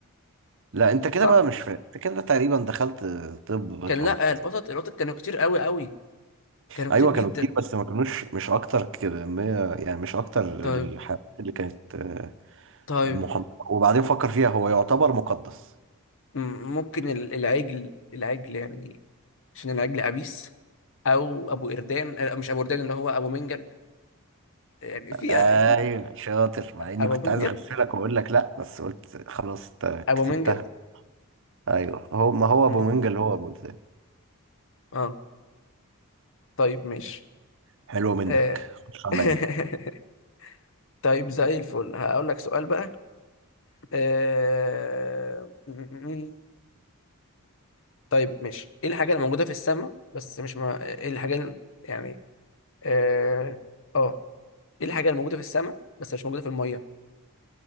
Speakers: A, on the right; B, on the left.
A: لا انت كده
B: صح
A: بقى مش فاهم انت كده تقريبا دخلت طب بالغلط
B: كان لا القطط القطط كانوا كتير قوي قوي كانوا
A: ايوه
B: كتير جدا
A: كانوا كتير بس ما كانوش مش اكتر كمية يعني مش اكتر
B: طيب
A: الحاجات اللي كانت آه،
B: طيب
A: محمرة وبعدين فكر فيها هو يعتبر مقدس
B: م- ممكن ال- العجل العجل يعني عشان العجل عبيس او ابو قردان آه، مش ابو قردان اللي هو ابو منجل يعني في
A: ايوه
B: في
A: شاطر مع اني
B: ابو
A: كنت
B: منجل
A: عايز اغفلك واقول لك لا بس قلت خلاص انت
B: ابو
A: كسبتها
B: منجل
A: ايوه هو ما هو
B: مم.
A: ابو منجل هو ابو إذن.
B: اه طيب ماشي
A: حلوه منك
B: آه.
A: خش عليا
B: <laughs> طيب زي الفل هقول لك سؤال بقى آه... م- م- م. طيب ماشي ايه الحاجة اللي موجودة في السماء بس مش ما... ايه الحاجة اللي... يعني اه آه. ايه الحاجة اللي موجودة في السماء بس مش موجودة في المية